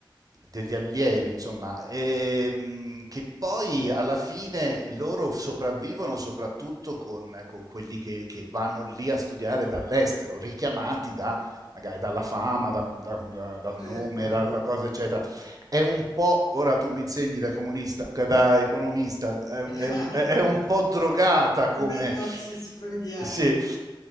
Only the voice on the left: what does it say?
certo,
<laughs>
un bel lapsus freudiano,